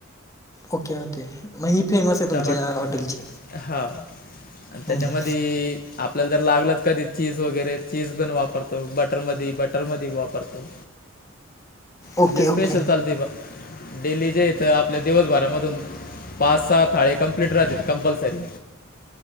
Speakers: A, on the left (about 15°); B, on the left (about 45°).
A: ओके ओके मग ही फेमस आहे तुमच्या
B: टमाट
A: या हॉटेलची.
B: हां आणि त्याच्यामध्ये
A: हम्म हम्म.
B: आपल्याला जर लागलं कधी चीज वगैरे चीज पण वापरतो बटर मधे बटर मधे वापरतो. हो.
A: ओके
B: म्हणजे स्पेशल
A: ओके
B: चालते बूवआ. डेली जे इथं आपल्या दिवसभरामधून पाच सात थाळी कंप्लीट राहतेत कंपल्सरी.